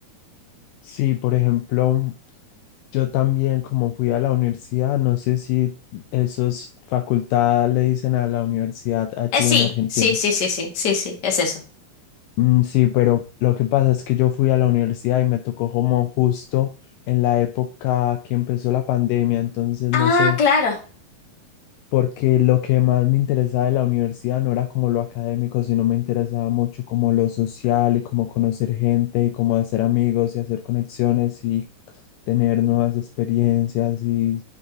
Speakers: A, on the left; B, on the left.
A: Sí, por ejemplo, yo también como fui a la universidad, no sé si esos facultad le dicen a la universidad allí
B: Eh, sí,
A: en Argentina.
B: sí, sí, sí, sí, sí, sí, es eso.
A: Mm, sí, pero lo que pasa es que yo fui a la universidad y me tocó como justo en la época que empezó la pandemia, entonces
B: Ah,
A: no sé
B: claro.
A: porque lo que más me interesaba de la universidad no era como lo académico, sino me interesaba mucho como lo social y como conocer gente y como hacer amigos y hacer conexiones y tener nuevas experiencias y